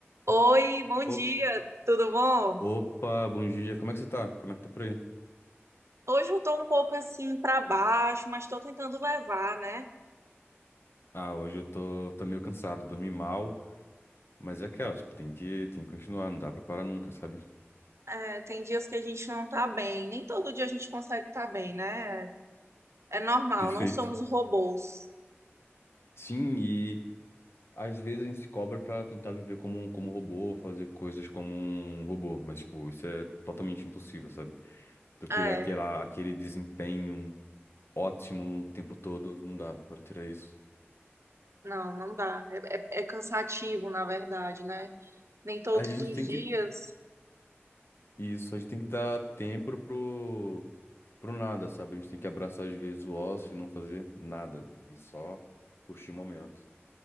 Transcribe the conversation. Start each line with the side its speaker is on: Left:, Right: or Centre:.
Right: Oi, bom
Left: Op-
Right: dia, tudo bom?
Left: Opa, bom dia, como é que você tá? Como é que tá por aí?
Right: Hoje eu tô um pouco assim pra baixo, mas tô tentando levar, né?
Left: Ah, hoje eu tô, tô meio cansado, dormi mal, mas é aquela, tipo, tem que, tem que continuar, não dá pra parar nunca, sabe?
Right: É, tem dias que a gente não tá bem, nem todo dia a gente consegue estar bem, né? É normal,
Left: Perfeito.
Right: não somos robôs.
Left: Sim, e às vezes a gente se cobra pra tentar viver como um, como um robô, fazer coisas como um robô, mas, tipo, isso é totalmente impossível, sabe? Então, Eu queria
Right: É,
Left: aquela, aquele desempenho ótimo o tempo todo, não dá pra ter isso.
Right: não, não dá. É, é- é cansativo, na verdade, né? Nem todos
Left: A gente
Right: os
Left: tem
Right: dias.
Left: que Isso, a gente tem que dar tempo pro, pro nada, sabe? A gente tem que abraçar às vezes o ócio e não fazer nada. né? E só curtir o momento.